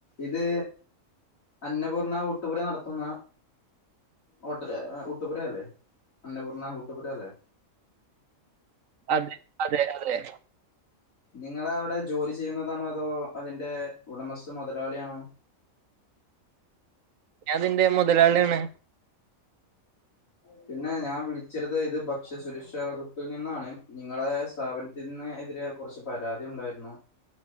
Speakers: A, on the left; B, on the right.
A: ഇത് അന്നപൂർണ ഊട്ടുപുര നടത്തുന്ന ഹോട്ടല് ഊട്ടുപുരയല്ലേ അന്നപൂർണ്ണ ഊട്ടുപുര അല്ലേ
B: അതെ അതെ അതെ
A: നിങ്ങള് അവിടെ ജോലി ചെയ്യുന്നതാണോ അതോ അതിന്റെ ഉടമസ്ഥൻ മുതലാളിയാണോ
B: ഞാൻ ഇതിന്റെ മുതലാളിയാണ്
A: പിന്നെ ഞാൻ വിളിച്ചരുത് ഇത് ഭക്ഷ്യസുരക്ഷ വകുപ്പിൽ നിന്നാണ് നിങ്ങളെ സ്ഥാപന ത്തിനെതിരെ കുറച്ച് പരാതി ഉണ്ടായിരുന്നു